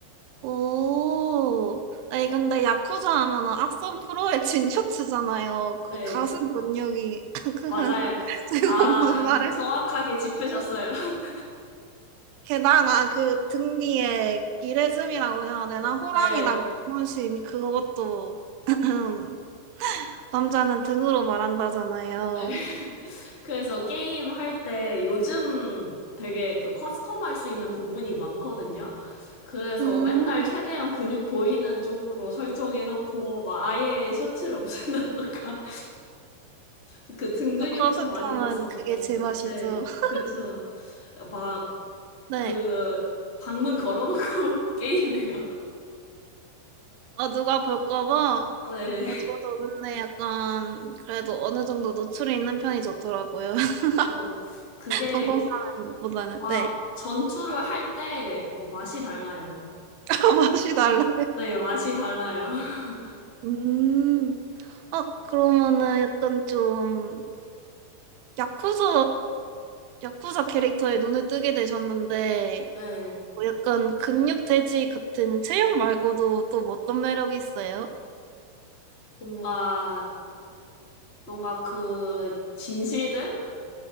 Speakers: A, on the right (about 85°); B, on the left (about 20°).
A: 오. 아니, 근데 야쿠자 하면은 악선 프로의 진 셔츠잖아요. 그
B: 네.
A: 가슴 근육이. <laughs> 그,
B: 맞아요.
A: 제가
B: 아,
A: 무슨 말을
B: 정확하게 짚으셨어요. <laughs>
A: 게다가 그 등 뒤에 이레즘이라고 해야 되나? 호랑이랑
B: 네,
A: 문심 그것도 <laughs> 남자는 등으로 말한다잖아요.
B: 네. 그래서 게임 할 때 요즘 되게 그 커스텀 할 수 있는 부분이 많거든요. 그래서
A: 음,
B: 맨날 최대한 근육 보이는 쪽으로 설정해놓고 막 아예 셔츠를 없앤다던가 <laughs> 그 등 근육
A: 아, 커스텀은
B: 좀 많이 나왔으면 좋겠어요.
A: 그게 제맛이죠.
B: 네,
A: <laughs>
B: 그쵸. 막
A: 네.
B: 그 방문 걸어놓고 <laughs> 게임해요.
A: 어, 누가 볼까 봐.
B: <laughs> 네,
A: 어, 저도 근데 약간 그래도 어느 정도 노출이 있는 편이 좋더라고요. <laughs>
B: 그쵸. 그게
A: 항공사보다는
B: 막
A: 네.
B: 전투를 할 때, 어, 맛이 달라요.
A: <laughs> 맛이 달라요.
B: 네, 맛이 달라요. <laughs>
A: 음. 어, 그러면은 약간 좀 야쿠자, 야쿠자 캐릭터에 눈을 뜨게 되셨는데,
B: 네.
A: 뭐 약간 근육 돼지 같은 체형 말고도 또 뭐 어떤 매력이 있어요?
B: 뭔가, 뭔가 그, 진실됨?